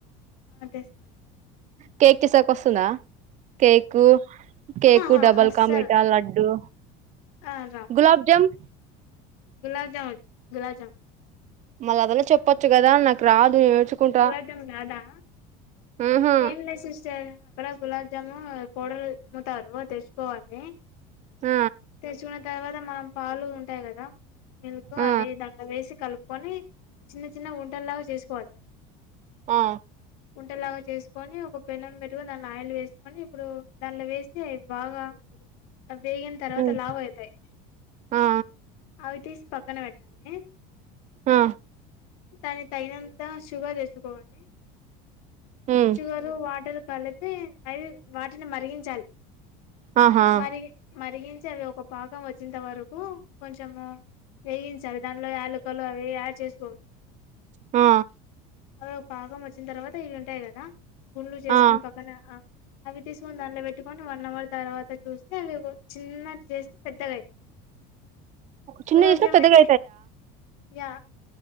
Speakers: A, on the left; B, on the right.
A: అ తెస్తా
B: కేక్ తీసేకి వస్తుందా కేకు, కేకు
A: ఆహా
B: డబల్
A: అస్సలు
B: కా మిటా, లడ్డు
A: ఆ రాదు
B: గులాబ్
A: రాదు.
B: జామ్
A: గులాబ్ జామ్ వచ్చు గులాబ్ జామ్ వచ్చు
B: మళ్ళ అదల చెప్పొచ్చు కదా నాకు రాదు నేర్చుకుంటా
A: గులాబ్ జామ్ రాదా
B: ఆహా
A: ఏం లేదు సిస్టర్ అక్కడ గులాబ్ జాము పౌడర్ అమ్ముతారు తెచ్చుకోవాలి.
B: ఆ
A: తెచ్చుకున్న తర్వాత మనం పాలు ఉంటాయి కదా మిల్క్
B: ఆ
A: అవి దాంట్లో వేసి కలుపు కొని చిన్న చిన్న ఉంటల్లాగా చేసుకోవాలి వాటిని.
B: ఆ
A: ఉంటల్లాగా చేసుకొని ఒక పెనం పెట్టుకొని దాన్ని ఆయిల్ వేసుకొని ఇప్పుడు దాంట్లో వేసి అవి బాగా వేగిన తర్వాత
B: ఉమ్
A: లావయితాయి
B: ఆ
A: అవి తీసి పక్కన పెట్టాలి.
B: ఆ
A: దాని తగినంత షుగర్ ఏసుకోవాలి.
B: ఉమ్
A: షుగరు, వాటర్ మ్ అవి వాటిని మరిగించాలి
B: ఆహా
A: మరి మరిగించి అది ఒక పాకు పొంగు వచ్చేంత వరకు కొంచము వేగించాలి దానిలో యాలకలు అవి యాడ్ చేస్తు
B: ఆ
A: అవి ఒక పాకం వచ్చిన తర్వాత ఇవి ఉంటాయి కదా గుండ్లు చేసుకొని
B: ఆ
A: పక్కన అవి తీసుకొని దాంలో పెట్టుకొని వన్ అవర్ తర్వాత చూస్తే అదేదో చిన్నటివి చేస్తే పెద్దగయితాయి అని
B: చిన్నగ
A: గులాబ్
B: చేసినా
A: జామ్
B: పెద్దగా
A: అయితే యా